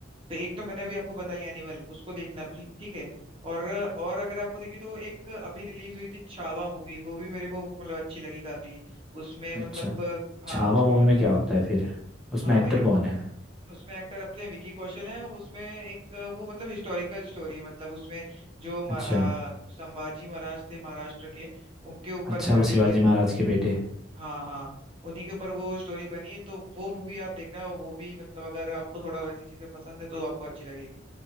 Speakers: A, on the right (about 30°); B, in the centre.
A: तो एक तो मैंने अभी आपको बताई एनिमल उसको देखना फिर- ठीक है और और अगर आपको देखिए तो एक अभी रिलीज हुई थी छावा मूवी वो भी मेरे को मतलब अच्छी लगी काफी उसमें
B: अच्छा
A: मतलब हाँ
B: छावा
A: उसमें
B: मूवी
A: मत
B: में क्या होता है फिर उसमें
A: हाँ
B: एक्टर
A: वही
B: कौन है
A: उसमें एक्टर अपने विकी कौशल हैं उसमें एक वो मतलब हिस्टोरिकल स्टोरी है मतलब उसमें जो म-
B: अच्छा
A: अ, संभाजी महाराज थे महाराष्ट्र के उनके ऊपर
B: अच्छा
A: बनी
B: वो शिवाजी
A: हुई
B: महाराज के बेटे
A: हाँ हाँ उन्हीं के ऊपर वो स्टोरी बनी है तो वो मूवी आप देखना वो भी मतलब अगर आपको थोड़ा वैसी चीजें पसंद है तो आपको अच्छी लगेगी